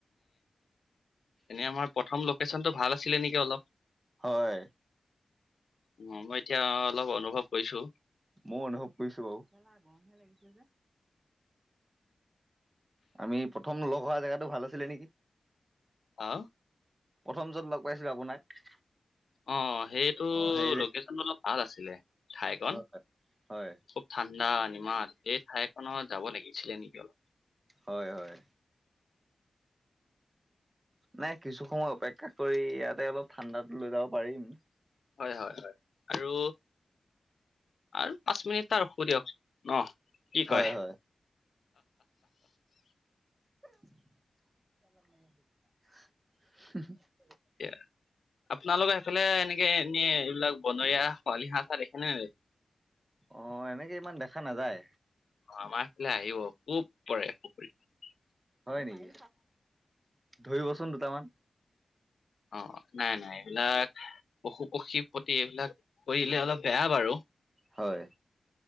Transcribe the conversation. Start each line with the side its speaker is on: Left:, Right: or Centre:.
Left: এনে আমাৰ প্ৰথম লোকেশ্যনটো ভাল আছিলে নেকি অলপ
Right: হয়।
Left: অ, মই এতিয়া অলপ অনুভৱ কৰিছো।
Right: মই অনুভৱ কৰিছো বাৰুম যে আমি প্ৰথম লগ হোৱা জেগাতটো ভাল আছিলে নেকি?
Left: হা?
Right: প্ৰথম য'ত লগ পাইছিলো আপোনাক
Left: অ, সেইটো
Right: অ' সেই যে
Left: লোকেশচনটো অলপ ভাল আছিলে ঠাইকন।
Right: হয় হয়।
Left: খুব ঠাণ্ডা নিমাত এই ঠাইখনত যাব লাগিছিলে নেকি অলপ।
Right: হয় হয়। নাই কিছু সময় অপেক্ষা কৰি ইয়াতে অলপ ঠাণ্ডাো লৈ যাব পাৰিম।
Left: হয়, হয়, হয়, আৰু আৰু পাঁচ মিনিটটা ৰখো দিয়ক ন কি
Right: হয়
Left: কয়?
Right: হয় <inaudible>
Left: এয়া আপোনালোকৰ এইফালে এনেকে এনে এইবিলাক বনৰীয়া খৰালি হাঁহ চাহ দেখে নে?
Right: অ, এনেকে ইমান দেখা নাযায়।
Left: অ, আমাৰ ফালে আহিব খুব পৰে পুখুৰীত।
Right: হয় নেকি? ধৰিবচোন দুটামান।
Left: অ, নাই নাই এইবিলাক পশু পক্ষীৰ প্ৰতি এইবিলাক কৰিলে অলপ বেয়া বাৰু।
Right: হয়।